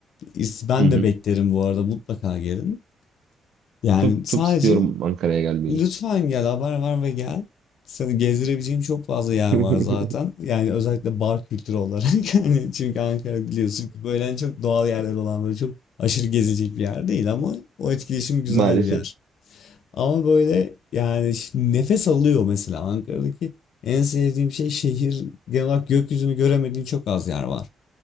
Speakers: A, on the left; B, on the right.
A: İs- Ben
B: hı hı.
A: de beklerim bu arada mutlaka gelin. Yani
B: Çok
A: sadece
B: çok istiyorum Ankara'ya gelmeyi.
A: Lütfen gel, haber ver ve gel. Seni gezdirebileceğim çok fazla yer
B: <laughs>
A: var zaten. Yani özellikle bar kültürü olarak. <laughs> Hani çünkü Ankara biliyorsun ki böyle hani çok doğal yerler olan böyle çok aşırı gezecek bir yer değil ama o etkileşim güzel
B: Maalesef.
A: bir yer. Ama böyle yani ş- nefes alıyor mesela Ankara'daki en sevdiğim şey şehir genel olarak gökyüzünü göremediğin çok az yer var.